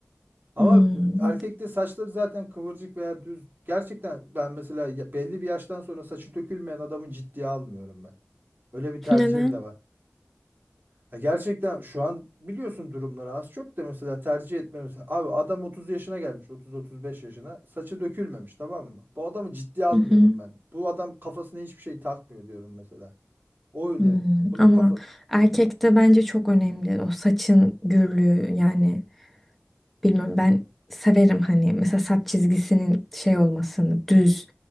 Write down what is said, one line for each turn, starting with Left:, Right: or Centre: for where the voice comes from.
Right: Ama
Centre: Hmm.
Right: erkekte saçları zaten kıvırcık veya düz. Gerçekten ben mesela ya- belli bir yaştan sonra saçı dökülmeyen adamı ciddiye almıyorum ben. Öyle bir tercihim
Centre: Neden?
Right: de var. Ya gerçekten şu an biliyorsun durumları az çok da mesela tercih etmemiz. Abi adam 30 yaşına gelmiş, 30-35 yaşına. Saçı dökülmemiş tamam mı? Bu adamı ciddiye almıyorum
Centre: Hı hı.
Right: ben. Bu adam kafasına hiçbir şey takmıyor diyorum mesela. O öyle.
Centre: Hmm.
Right: Bunun
Centre: Ama
Right: kafa
Centre: erkekte bence çok önemli o saçın gürlüğü yani Bilmiyorum ben severim hani mesela saç çizgisinin şey olmasını düz.